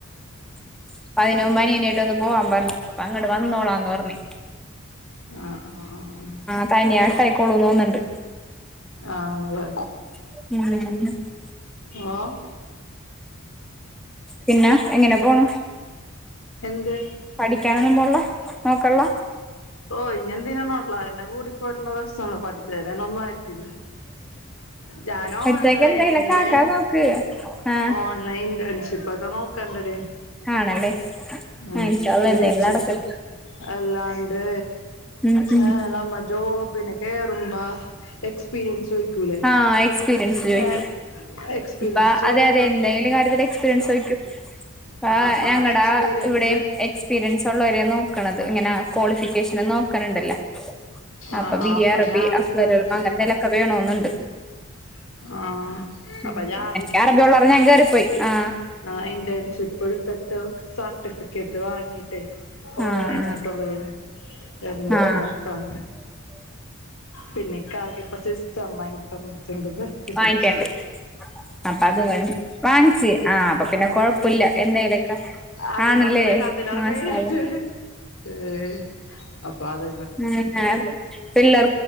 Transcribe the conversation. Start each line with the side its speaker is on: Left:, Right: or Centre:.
Centre: <unintelligible> അന്ന് പോവാ പറഞ്ഞ അപ്പൊ അങ്ങോട്ട് വന്നോളാന്ന് പറഞ്ഞ്
Left: ആഹ് ആഹ് ആഹ്.
Centre: തനാട്ടായിയിക്കോളൂ തോന്നുന്നുണ്ട്
Left: ആഹ് നിങ്ങള്
Centre: ഉം
Left: ആഹ്
Centre: പിന്നെ എങ്ങനെ പോണ്
Left: എന്ത്
Centre: പഠിക്കാനൊന്നു പോവൺള്ള നോക്കള്ള
Left: ഓ ഇനെന്തിനാ ഉള്ളതെന്നെ കൂടി പോയിട്ടുള്ള പ്രശ്നാണ് പഠിച്ചെന്നെ ഒന്നു ആയിട്ടില്ല ഞാൻ ഓൺലൈനില്
Centre: അച്ചയിക്ക് എന്തെങ്കിലൊക്കെ ആക്കാൻ നോക്ക് ആഹ്
Left: ഓൺലൈൻ ഇന്റേൺഷിപ്പ് ഒക്കെ നോക്കണ്ടെടി
Centre: ആണല്ലേ
Left: ഉം
Centre: ആഹ് ഇൻഷാ അള്ളാ
Left: ഇന്റേൺഷിപ്പ്
Centre: എന്തെങ്കിലും നടക്കട്ടെ
Left: അല്ലാണ്ട്
Centre: ഉം ഉം
Left: ഏഹ് നമ്മ ജോബിന് കയറുമ്പാ എക്സ്പീരിയൻസ് ചോയിക്കൂലേ
Centre: ആഹ് എക്സ്പീരിയൻസ് ചോദിക്കും
Left: ഏ എക്സ്പീരിയൻസ്
Centre: ഇപ്പ
Left: ചോയി
Centre: അതെ അതെ എന്തെങ്കിലും കാര്യത്തിലൊക്കെ എക്സ്പീരിയൻസ് ചോയിക്കും ആഹ്
Left: അപ്പ
Centre: ഞങ്ങടെ
Left: ആ എക്സ്പീരിയൻസ്
Centre: ഇവിടെയും എക്സ്പീരിയൻസ് ഉള്ളവരെ നോക്കണത് ഇങ്ങനെ ക്വാളിഫിക്കേഷൻ നോക്കണുണ്ടല്ലോ
Left: ആഹ്
Centre: അപ്പൊ ബി
Left: അപ്പ
Centre: അറബി
Left: ഞാൻ
Centre: അഫ്ലല്
Left: വിചാരിച്ച്
Centre: അങ്ങൻത്തേലൊക്കെ വേണംന്നുണ്ട്
Left: ആഹ് അപ്പ
Centre: ഉം
Left: ഞാൻ
Centre: എനിക്ക് അറബിള്ളറു ഞാൻ കേറിപ്പോയി ആ
Left: ആ ഇന്റേൺഷിപ്പ് ടുത്തിട്ട് സർട്ടിഫിക്കറ്റ് വാങ്ങി ട്ട്
Centre: ആ
Left: ഓൺലൈനായിട്ടുള്ളതിനെ
Centre: ആ
Left: എന്നിട്ട്
Centre: ആ ആ
Left: നോക്കാം പിന്നെ ഇക്കാക്ക ഇപ്പൊ സിസ്റ്റം വാങ്ങി തന്ന്ട്ടുണ്ട് ബർത്ത്ഡെക്ക്
Centre: വാങ്ങിക്കണ്ട് അപ്പൊ അത് <unintelligible> ഫ്രാൻസി ആ അപ്പൊ പിന്നെ കൊഴ്പ്പില്ല എന്തേലൊക്കെ
Left: അതിലറുവ്
Centre: ആണല്ലേ
Left: അതിലറെവെയ്ലായ്ട്ട്
Centre: മാഷാ അള്ളാ
Left: ഹ് ഹ് അപ്പൊ അത്
Centre: <unintelligible> പിള്ളേർ